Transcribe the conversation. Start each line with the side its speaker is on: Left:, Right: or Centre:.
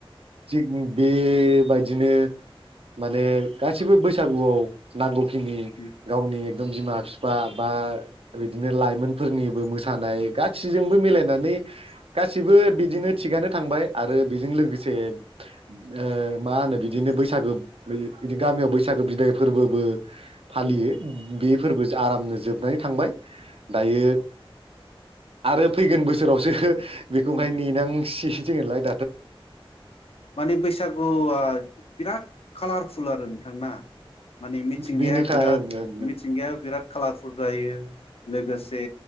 Right: <unintelligible> बेबायदिनो माने गासिबो बैसागुआव <unintelligible> <unintelligible>
Left: उम
Right: गावनि बिमा बिफा बा बिदिनो लाइमोनफोरनिबो मोसानाय गासिजोंबो मिलायनानै गासिबो बिदिनो थिगानो थांबाय आरो बेजों लोगोसे ओ मा होनो बिदिनो बैसागो बिदि गामियाव बैसागो बिदाय फोरबोबो फालियो
Left: उम
Right: बे फोरबो आरामनो जोबनानै थांबाय दायो आरो फैगोन बोसोरावसो
Left: उम
Right: बेखौहाय
Left: उम
Right: नेनांसि <unintelligible>
Left: माने बैसागुआ बिराद कालारफुल आरो नोंथां ना माने मिथिंगाया
Right: बेनोखा
Left: बिराद
Right: ओं ओं
Left: मिथिंगाया बिराद कालारफुल जायो लोगोसे